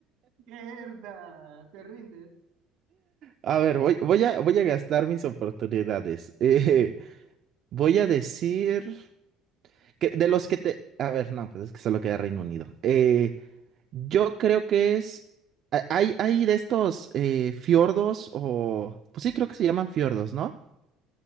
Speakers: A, on the right; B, on the right.
A: ¡Mierda! ¿Te rindes?
B: A ver, voy, voy a, voy a gastar mis oportunidades. <laughs> Eh, voy a decir. que- de los que te... A ver, no, pues es que solo queda Reino Unido. Eh,
A: Ay,
B: yo creo que es... ha- Hay, hay de estos eh, fiordos o... Pues sí, creo que se llaman fiordos, ¿no?